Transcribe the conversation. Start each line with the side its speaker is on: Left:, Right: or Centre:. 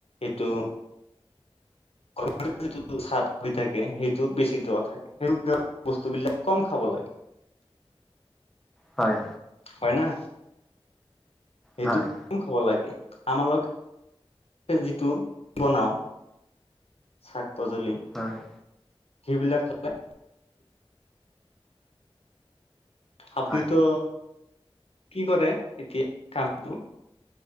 Left: এইটো ঘৰ যিটো চাদ পৰি থাকে সেইটো বেছি দূৱ থাকে সেবিলাক বস্তু বিলাক কম খাব লাগে
Centre: হয়।
Left: হয় না এইটো
Centre: হয়
Left: খাব লাগে আমালোক সে যিটো বনাওঁ শাক পাচলি-
Centre: হয়।
Left: সেইবিলাক কথা- আপুনিতো
Centre: হয়
Left: কি কৰে এতিয়া কামটো?